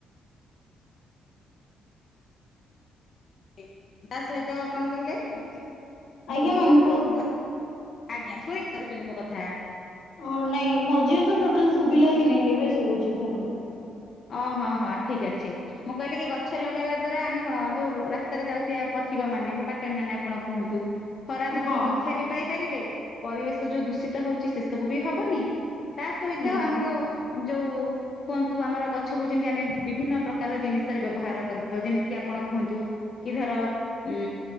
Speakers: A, on the left (about 45°); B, on the left (about 70°).
A: ହୁଏ ତା ସହିତ କଣ କହିଲେ ଉଁ।
B: ଆଜ୍ଞା
A: କୁହନ୍ତୁ,
B: ମ୍ୟାମ୍
A: ଧ ଆଜ୍ଞା ଶୁଣି ପାରୁଛନ୍ତି ମୋ କଥା।
B: ହଁ ନାଇଁ ମଝି ରେ ତ ଟୋଟାଲ୍ ଶୁଭିଲା ହିଁ ନାଇଁ ଏବେ ଶୁଭୁଛି କୁହନ୍ତୁ।
A: ଅଁ, ହଁ, ହଁ, ଠିକ୍ ଅଛି। ମୁଁ କହିଲି କି ଗଛ ଲଗେଇବା ଦ୍ଵାରା ଆମେ କଣ ଯୋଉ ରାସ୍ତାରେ ଯାଉଥିବା ପଥିକ ମାନେ ବା ବାଟୋଇ ମାନେ ଆପଣ କୁହନ୍ତୁ। ଖରା ଦାଉରୁ
B: ହଁ
A: ରକ୍ଷା ବି ପାଇ ପାରିବେ ପରିବେଶ ଯୋଉ ଦୂଷିତ ହଉଛି ସେ ସବୁ ବି ହବନି। ତା ସହିତ
B: ହୁଁ
A: ଆମର ଯୋଉ କୁହନ୍ତୁ ଆମର ଗଛକୁ ଯେମିତି ଆମେ ବିଭିନ୍ନ ପ୍ରକାର ଜିନିଷରେ ବ୍ୟବହାର କରିଥାଉ ଯେମିତି କିି ଆପଣ କୁହନ୍ତୁ। କି ଧର ଉଁ